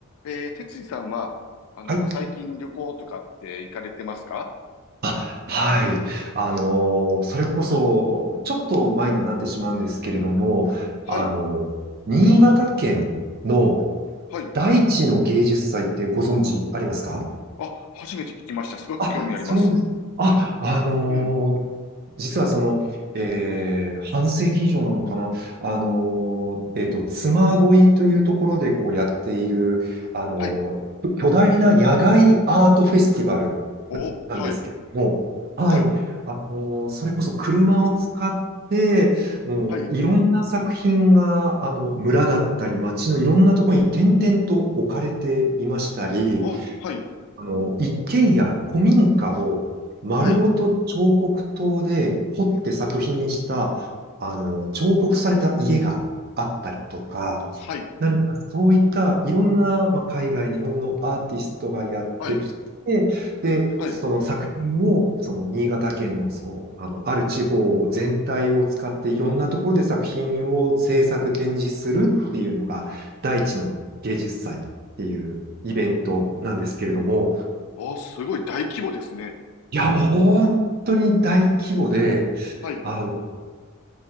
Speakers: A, on the left; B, on the right.
A: えー、哲司さんは、あの、
B: はい。
A: 最近旅行とかって行かれてますか
B: あ、はい。あのーそれこそ、ちょっと前にはなってしまうんですけれども、
A: はい、
B: あの新潟県の
A: はい。
B: 大地の芸術祭ってご存知ありますか
A: あ、初めて聞きました。すごく興味あります。
B: あ、そうです。あ、あのー
A: うん、
B: 実はその、えー半世紀以上なのかな、あのーえっと、妻恋というところでこうやっている、あのー巨大な野外アートフェスティバル
A: はい。お、
B: なんですけども、
A: はい、
B: はい、
A: はい、
B: あの、それこそ車を使って、もういろんな作品が、
A: はい。
B: あの、村だったり、街のいろんなところに点々と置かれていましたり、
A: お、はい、
B: あの、一軒家、古民家を丸ごと彫刻刀で彫って作品した、
A: はい、
B: あの、彫刻された家があったりとか、
A: はい、
B: 何かそういったいろんな、まあ、海外、日本のアーティストがやってきて、
A: はい、
B: で、
A: はい。
B: その作品を、その新潟県の、そう、あの、ある地方全体を使っていろんなところで作品を制作、展示するっていうのが、大地の芸術祭っていうイベントなんですけれども、
A: お、すごい大規模ですね。
B: いや、もう本当に大規模で、
A: はい、
B: あの、